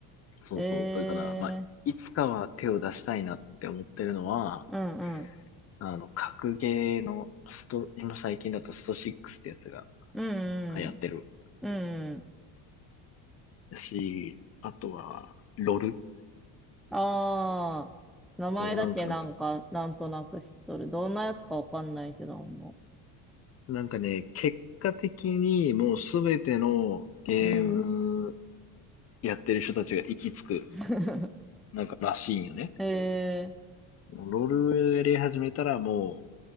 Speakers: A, on the left; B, in the centre.
A: そうそう。
B: ええ
A: だから、まあ、いつかは手を出したいなって思ってるのは、
B: ーうんうん。
A: あの、格ゲーのスト、今最近だとスト6ってやつが
B: うんうん。
A: 流行ってる
B: うんうん。
A: だし、あとは、ロル
B: ああ、名前だけなんか、
A: と、なんかね、
B: なんとなく知っとる。どんなやつかわかんないけど、も
A: なんかね、結果的にもうすべてのゲーム
B: う。うん。
A: やってる人たちが行き着く、
B: <laughs>
A: なんからしいんよね。
B: え
A: ロールやり始めたらもう、